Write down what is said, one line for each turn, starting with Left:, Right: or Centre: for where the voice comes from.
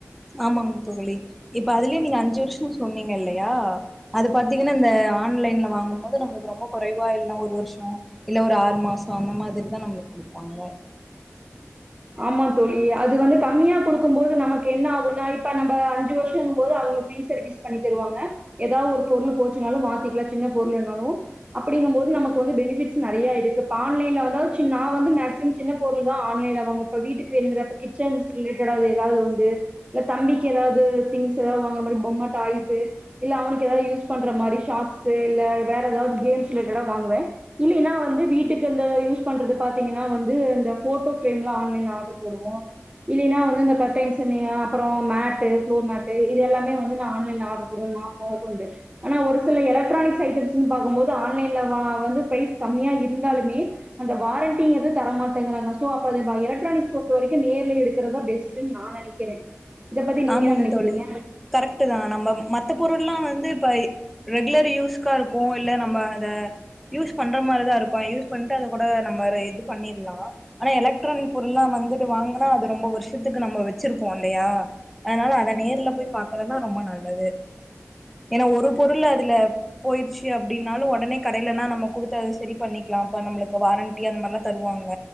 Centre: ஆமாங் தோழி இப்ப அதுலே நீங்க அஞ்சு வர்ஷோ சொன்னீங்கில்லயா அது பாத்தீங்கனா இந்த ஆன்லைன்ல வாங்கும்போது நம்ளுக் ரொம்ப குறைவா இல்னா ஒரு வருஷோ இல்ல ஒரு ஆறு மாசோ அந்த மாதிரி தா நம்ளுக் குடுப்பாங்க
Right: ஆமா தோழி அது வந்து கம்மியா குடுக்கும்போது ந மக் என்ன ஆகுன்னா இப்ப நம்ப அஞ்சு வர்ஷங்கும்போது அவுங்க ஃப்ரீ சர்வீஸ் பண்ணி தருவாங்க எதா ஒரு பொருளு போ போச்சுனாலு மாத்திக்கலா சின்ன பொருளுன்னாலு அப்படிங்கும் போது நமக்கு வந்து பெனிஃபிட்ஸ் நெறையா இருக்கு இப்ப ஆன்லைன்ல வந்து நா வந்து மேக்ஸிம் சின்ன பொருள் தா ஆன்லைன்ல வாங்வ இப்ப வீட்டுக்கு வேணுங்ற இப்ப கிச்சின் சிங்குக் எதாவ்து எதாவ்து வந்து எ தம்பிக் எதாவ்து திங்ஸ் எதா வாங்கற பொம்ம, டாய்ஸ்ஸு இல்ல அவனுக் எதாது யூஸ் பண்ற மாரி ஷாட்ஸ்ஸு இல்ல வேற எதாவ்து கேம்ஸ் ரிலேட்டடா வாங்குவே இல்லைனா வந்து வீட்டுக் இந்த யூஸ் பண்றது பாத்தீங்கனா வந்து இந்த ஃபோட்டோ ஃபிரேம்லா ஆன் லைன்ல ஆர்டர் போடுவோ இல்லைனா வந்து இந்த கர்ட்டைன்ஸ்ஸன்னயோ அப்றோ மேட்டு ஃப்ளோர் மேட்டு இது எல்லாமே வந்து நா ஆன்லைன்ல ஆர்டர் போடுவே <unintelligible> வந்து ஆனா ஒரு சில எலக்ட்ரானிக்ஸ் ஐட்டம்ஸுன் பாக்கும்போது ஆன்லைன்ல அ அது வந்து ப்ரைஸ் கம்மியா இருந்தாலுமே அந்த வாரண்டி எது தர மாட்டேங்கறாங்க சோ அப்ப அது வ எலக் ட்ரானிக்ஸ் பொறுத்த வரைக்கு நேர்ல எடுக்கறத் தா பெஸ்ட்டுன் நா நெனைக்கறே இத பத்தி நீங்க
Centre: ஆமாங்க
Right: என்ன நெனைக்கறீங்க
Centre: தோழி கரெக்ட்டு தா நம்ம மத்த பொருள்ல்லா வந்து இப்ப ரெகுலர் யூஸ் க்கா இருக்கு இல்ல நம்ம அத யூஸ் பண்ற மாரி தா இருக்கு யூஸ் பண்ட்டு அது கூட நம்ம ஒரு இது பண்ணீர்லா ஆனா எலக்ட்ரானிக் பொருள்ல்லா வந்துட்டு வாங்குனா அது ரொம்ப வர்ஷத்துக்கு நம்ம வெச்சிருப்போ இல்லயா அதுனால அத நேர்ல போய் பாக்கறதா ரொம்ப நல்லது ஏனா ஒரு பொருள் அதுல போயிடுச்சி அப்டின்னாலு ஒடனே கடைலன்னா நம்ம குடுத்து அது செரி பண்ணிக் லா அப்ப நம்மளுக்கு வாரண்டி அந்த மார்ல்லா தருவாங்க